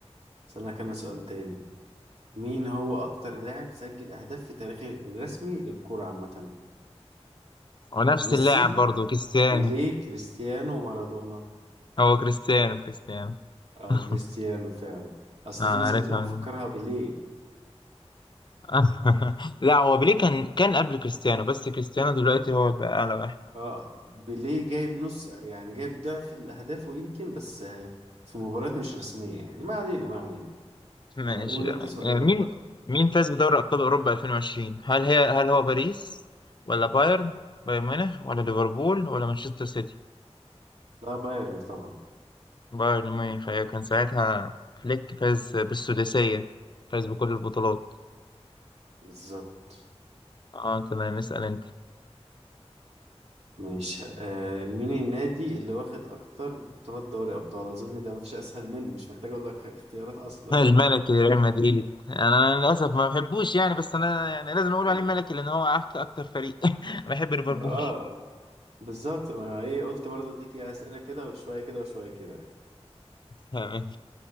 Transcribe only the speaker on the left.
ونفس
اللاعب برضه كريستيانو
هو كريستيانو كريستيانو
<laughs>
آه، عارفها
من-
<laughs> لا هو بيليه كان كان قبل كريستيانو بس كريستيانو دلوقتي هو بقى أعلى واحد
ماشي
تمام
آه، مين
مين فاز بدوري أبطال أوروبا 2020 هل هي هل هو باريس ولا بايرن بايرن ميونخ ولا ليفربول ولا مانشستر سيتي
بايرن ميونخ أيوة كان ساعتها فليك فاز بالسداسية فاز بكل البطولات
اه تمام اسأل انت.
الملكي
لريال مدريد يعني انا للاسف ما بحبوش يعني بس انا يعني لازم اقول
عليه ملكي لان هو أك- اكتر فريق <laughs> أنا بحب ليفربول
تمام.